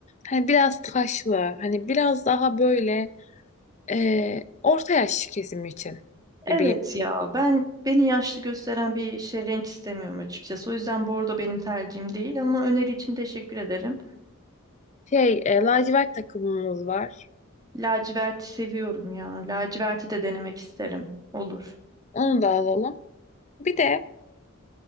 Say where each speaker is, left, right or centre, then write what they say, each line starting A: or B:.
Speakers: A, on the left; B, on the right.
A: hani biraz taşlı hani biraz daha böyle e, orta yaş kesim için
B: Evet
A: gibi.
B: ya, ben beni yaşlı gösteren bir şey renk istemiyorum açıkçası. O yüzden bordo benim tercihim değil ama öneri için teşekkür ederim.
A: Şey e, lacivert takımımız var
B: Laciverti seviyorum ya. Laciverti de denemek isterim. Olur.
A: onu da alalım. Bir de